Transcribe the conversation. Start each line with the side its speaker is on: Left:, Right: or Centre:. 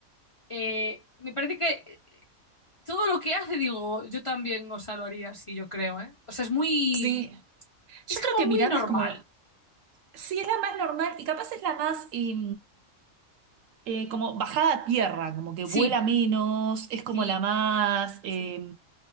Left: eh, me parece que todo lo que hace, digo, yo también, o sea, lo haría así, yo creo, ¿eh? O sea, es muy,
Right: Sí, Yo
Left: es como
Right: creo que Miranda
Left: muy normal.
Right: es como, sí, es la más normal y capaz es la más eh, eh, como bajada a tierra, como que
Left: Sí,
Right: vuela menos, es como
Left: sí,
Right: la más, eh,
Left: sí,